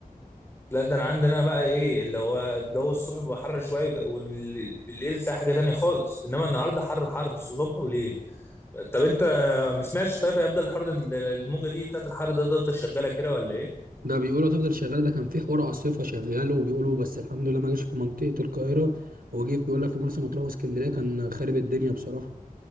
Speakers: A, on the left (about 15°); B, on the right (about 80°).
A: لا ده انا عندنا بقى ايه اللي هو الجو الصبح بيبقى حر شويه وبالليل تلاقي حاجه تانية خالص انما النهارده حر حر صبح وليل طب انت ما سمعتش طيب هيفضل الحر ده الموجه دي بتاعت الحر ده تفضل شغاله كده ولا ايه؟
B: ده بيقولوا هتفضل شغاله ده كان في حوار عاصفه شغال وبيقولوا بس الحمد لله ما جاش في منطقه القاهره هو جه بيقول لك في مرسى مطروح واسكندريه كان خارب الدنيا بصراحه